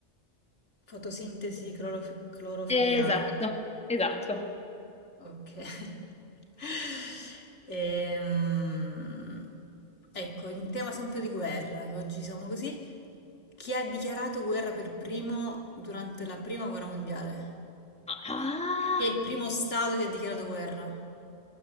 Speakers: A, on the left; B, in the centre.
A: fotosintesi clorof- clorofilliana.
B: Esatto, esatto.
A: Ok. <laughs> Ehm, ecco, in tema sempre di guerra, che oggi siamo così, chi ha dichiarato guerra per primo durante la prima guerra mondiale?
B: Ah,
A: Chi è il primo stato che ha dichiarato guerra?